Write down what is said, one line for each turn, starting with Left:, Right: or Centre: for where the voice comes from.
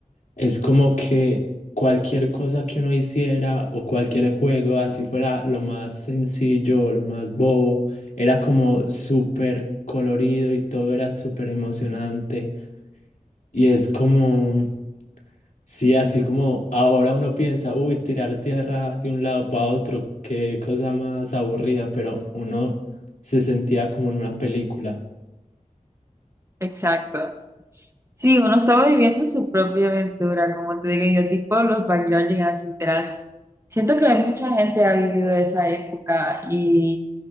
Left: es como que cualquier cosa que uno hiciera o cualquier juego, así fuera lo más sencillo o lo más bobo, era como súper colorido y todo era súper emocionante. Y es como, sí, así como ahora uno piensa, uy, tirar tierra de un lado para otro, qué cosa más aburrida, pero uno se sentía como en una película.
Right: Exacto. Sí, uno estaba viviendo su propia aventura, como te digo yo, tipo los backyardigans, literal. Siento que mucha gente ha vivido esa época y